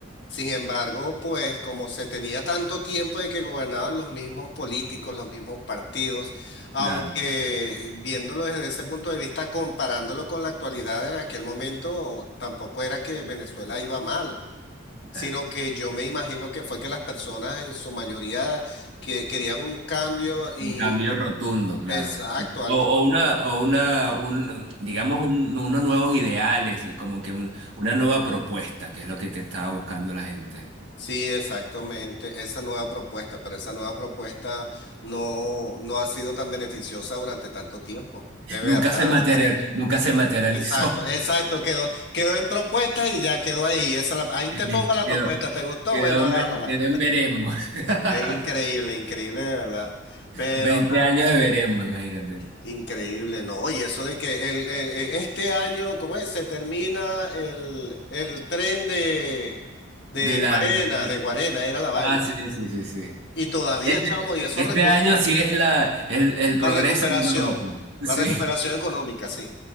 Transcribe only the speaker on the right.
claro.
claro.
Un cambio rotundo, claro.
O,
o una, o una, un, digamos, un- unos nuevos ideales, como que un- una nueva propuesta, que es lo que, que estaba buscando la gente.
Nunca se material,
nunca se materializó.
<laughs>
Quedó,
quedó
en ve- quedó en veremos. <laughs>
veinte años de veremos, imagínate.
De la,
de-
ah, sí, sí, sí, sí.
Este,
este
año sí es la, el, el progreso
económico. Sí,